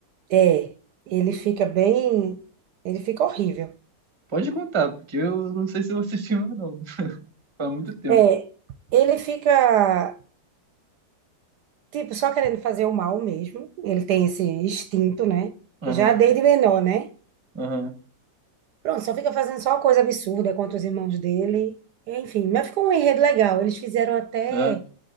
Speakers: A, on the right (about 70°); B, on the right (about 20°).
A: é. Ele fica bem. Ele fica horrível.
B: Pode contar, porque eu não sei se eu assisti mais, não. <laughs> Faz muito tempo.
A: É, ele fica, tipo, só querendo fazer o mal mesmo. Ele tem esse instinto, né?
B: Aham,
A: Já desde menor, né?
B: aham.
A: Pronto, só fica fazendo só coisa absurda contra os irmãos dele. Enfim, mas ficou um enredo legal. Eles fizeram até.
B: é.